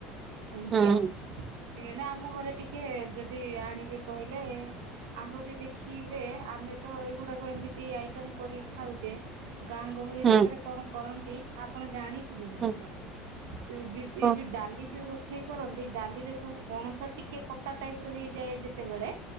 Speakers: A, on the right; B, on the right.
A: ଏମିତି
B: ହୁଁ
A: ଆଉ। ଏନା ଆମ ଘରେ ଟିକେ ଯଦି ଆଣିବେ କହିଲେ ଆହୁରି ଦେଖିବେ ଆମେ ତ ଏଇଗୁଡାକ ଏମି ତି ଆଇଟମ୍ କରି ଖାଉଚେ ଗାଁ ଗହଳି
B: ହୁଁ
A: ଯାକରେ କଣ କରନ୍ତି ଆପଣ ଜାଣି ଥିବେ ମଧ୍ଯ।
B: ହୁଁ।
A: ଏ ବି ଏ
B: ଓ
A: ଯୋଉ ଡାଲି ଯୋଉ ରୋ ଷେଇ କରନ୍ତି ଡାଲିରେ ସବୁ ପଣସ ଟିକିଏ କଟା ଟାଇପର ହେଇଯାଏ ଯେତେବେଳେ